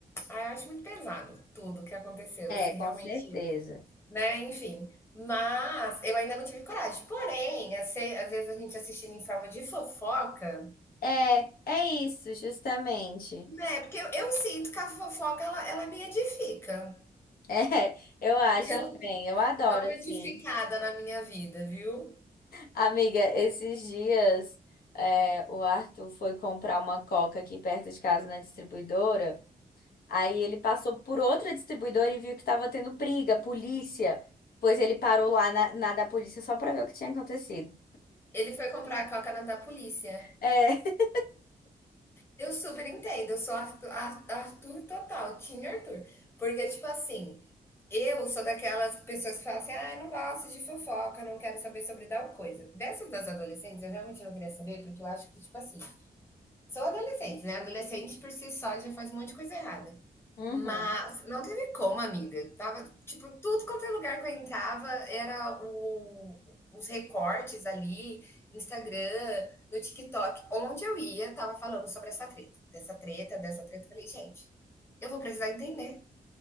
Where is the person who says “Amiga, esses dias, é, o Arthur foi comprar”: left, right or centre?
Left